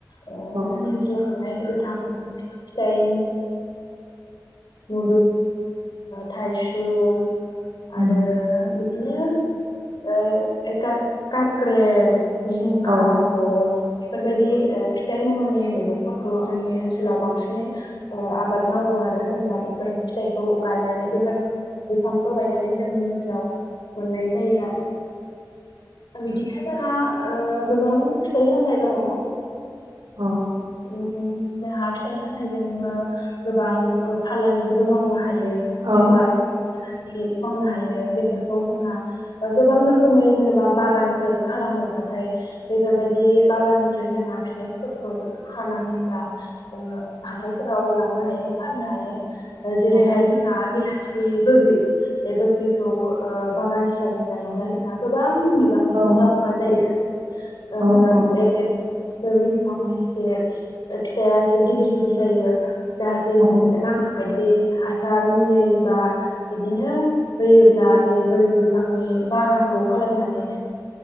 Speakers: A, on the left; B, on the right.
A: ओ
B: औ
A: जोंनि
B: औ
A: ओनसोलाव नुनाय गोथां फिथाइ ओ थाइसुं
B: उम
A: आरो बिदिनो ओ एख काक्रेल जिंखा,
B: उम औ
A: भर बेफोरबायदि फिथाइ महरनि मैगंफोरखौ जोंनि ओनसोलाव बांसिनै ओ आबाद मावो आरो जेनेबा बेफोर फिथायखौ गायनानै बेफोर बिफांखौ गायनानै जोंनि ओनसोलाव मोननाय जायो आरो। बिदिनो जोंहा ओ गोबां फिथाइ सामथाइ दङ'।
B: औ।
A: उम जोंहा फिथाइ सामथायाइजोंबो गोबां फालांगिबो मावनो हायो। हायो
B: औ
A: बेफार फालांगि मावनो हायो बेफोरखौ जोंहा गोबां ओ रोखोमै जेनेबा बागानफोर खालामोब्लाथाय बेफोरबायदि बागाननिफ्राय जोंहा फिथाइफोरखौ हानानै बा ओ हाथायफोराव लांनो हायो फाननो हायो। जेरैहाय
B: औ
A: जोंहा बिलाथि बोग्रि बे बोग्रिखौ ओ बागान हिसाबै गायोब्ला जोंहा गोबां गोबां बिबांनि
B: औ
A: मुलाम्फा जायो। ओ
B: औ
A: बे बोग्रि बिफाङा से एसे फिथाइया एसे गिदिर गिदिर जायो। जाहाथे
B: औ
A: नांगौ बायदि हासार मुलि बा बिदिनो होयोब्ला बे बोरग्रि बिफांनि बागानखौ खालामना नै